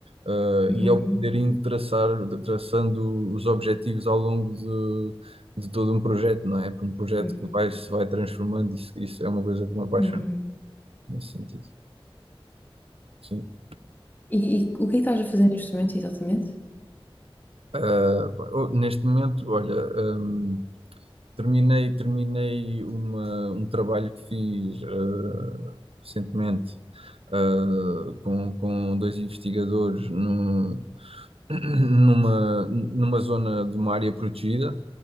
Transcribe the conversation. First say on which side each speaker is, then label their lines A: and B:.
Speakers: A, on the right; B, on the left.
A: eh,
B: Uhum,
A: e é o poder indo traçar, traçando os objetivos ao longo de, de todo um projeto, não é? Um projeto
B: uhum,
A: que vai, se vai transformando, isso, isso é uma coisa que me apaixona
B: uhum.
A: nesse sentido. Sim.
B: E, e o que é que estás a fazer neste momento, exatamente?
A: Ah, oh, neste momento, olha, hum, terminei, terminei uma- um trabalho que fiz ah, recentemente ah, com, com dois investigadores num- <coughs> <clears throat> numa, numa zona de uma área protegida,